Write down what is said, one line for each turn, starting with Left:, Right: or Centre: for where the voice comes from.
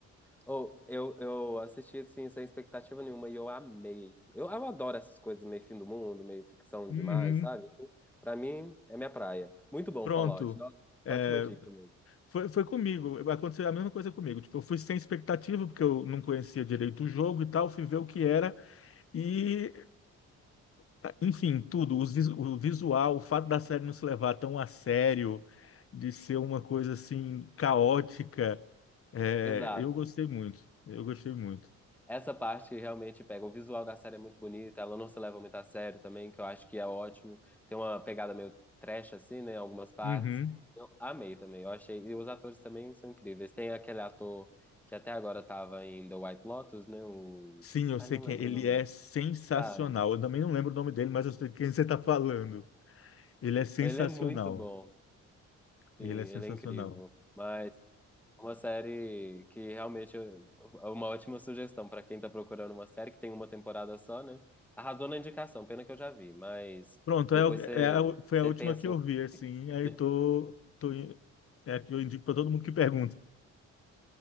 Centre: Ou eu, eu assisti assim, sem expectativa nenhuma e eu amei. Eu, eu adoro essas coisas meio fim do mundo, meio ficção
Left: Uhum.
Centre: demais, sabe? Assim, pra mim, é minha praia. Muito bom,
Left: Pronto.
Centre: Fallout. Nó-
Left: É,
Centre: Ótima dica mesmo.
Left: foi, foi comigo. Aconteceu a mesma coisa comigo. Tipo, eu fui sem expectativa, porque eu não conhecia direito o jogo e tal, fui ver o que era. E Tá, Enfim, tudo, os vis- o visual, o fato da série não se levar tão a sério, de ser uma coisa assim caótica, é,
Centre: Exato.
Left: eu gostei muito. Eu gostei muito.
Centre: Essa parte realmente pega. O visual da série é muito bonito, ela não se leva muito a sério também, que eu acho que é ótimo. Tem uma pegada meio trash assim, né, em algumas partes.
Left: Uhum.
Centre: Eu amei também. Eu achei, e os atores também são incríveis. Tem aquele ator que até agora tava em The White Lotus, né, o
Left: Sim, eu
Centre: Ai,
Left: sei
Centre: não
Left: que
Centre: lembro
Left: ele
Centre: o nome
Left: é sensacional.
Centre: Sabe?
Left: Eu também não lembro o nome dele, mas eu sei quem você está falando. Ele é sensacional.
Centre: Ele é muito bom,
Left: Ele
Centre: sim, ele
Left: é sensacional.
Centre: é incrível. Mas é uma série que realmente é uma ótima sugestão para quem tá procurando uma série que tem uma temporada só, né? Arrasou na indicação, pena que eu já vi, mas
Left: Pronto,
Centre: depois
Left: é, o- é
Centre: você,
Left: a- foi
Centre: você
Left: a última
Centre: pensa
Left: que eu
Centre: em outra.
Left: vi, assim. Aí
Centre: <laughs>
Left: tô, tô, in- é a que eu indico para todo mundo que pergunta.